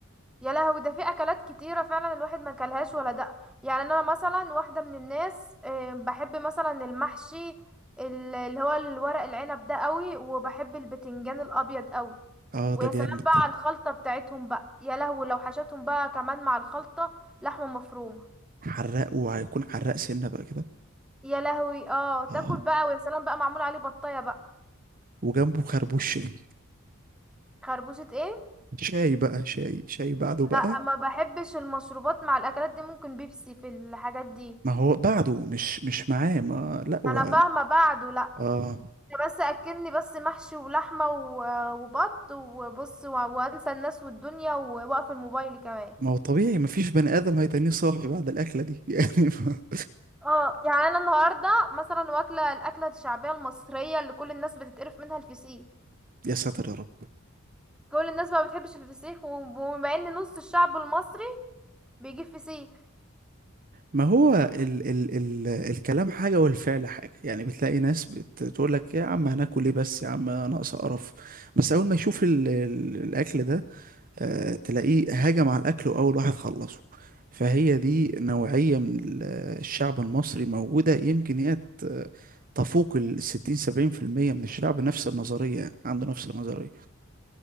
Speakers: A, in the centre; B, on the right.
A: يا لهوي ده في اكلات كتيرة فعلا الواحد ما كلهاش ولا دق يعني انا مثلا واحدة من الناس آه، بحب مثلا المحشي ال- اللي هو الورق العنب ده قوي وبحب البتنجان الابيض قوي
B: اه
A: ويا
B: ده
A: سلام
B: جامد
A: بقى
B: ده
A: على الخلطة بتاعتهم بقى يا لهوي لو حشتهم بقى كمان مع الخلطة لحمة مفرومة
B: حراق وهيكون حراق سنة بقى كده
A: يا لهوي اه تاكل
B: اه
A: بقى ويا سلام بقى معمول عليه بطاية بقى
B: وجنبه خربوش شاي
A: خربوشة ايه
B: شاي بقى شاي شاي بعده
A: لا
B: بقى
A: ما بحبش المشروبات مع الاكلات دي ممكن بيبسي في الحاجات دي
B: ما هو بعده مش مش معاه ما لا
A: فانا
B: هو
A: فاهمه بعده لا
B: اه
A: أنت بس اكلني بس محشي ولحمه و- وبط وبص و- وانسى الناس والدنيا واقف الموبايل كمان
B: ما هو طبيعي مفيش بني آدم هيتنيه صاحي بعد الأكلة دي <laughs> يعني ف-
A: اه يعني انا النهارده مثلا واكله الاكله الشعبيه المصريه اللي كل الناس بتتقرف منها الفسيخ
B: يا ساتر يا رب
A: كل الناس ما بتحبش الفسيخ وبما ان نص الشعب المصري بيجيب فسيخ
B: ما هو ال ال ال الكلام حاجة والفعل حاجة يعني بتلاقي ناس بتقول لك يا عم هناكل ايه بس يا عم ناقص قرف بس أول ما يشوف ال ال الأكل ده آه تلاقيه هاجم على الأكل وأول واحد خلصه فهي دي نوعية من ال- الشعب المصري موجودة يمكن هي ت- تفوق الستين سبعين في المية من الشعب نفس النظرية يعني، عنده نفس النظرية